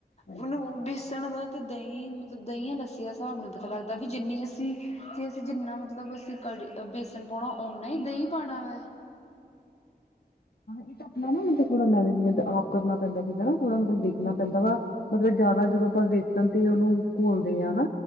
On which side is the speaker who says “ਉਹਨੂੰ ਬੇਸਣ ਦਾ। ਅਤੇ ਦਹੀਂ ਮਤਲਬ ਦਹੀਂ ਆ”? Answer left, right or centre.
Left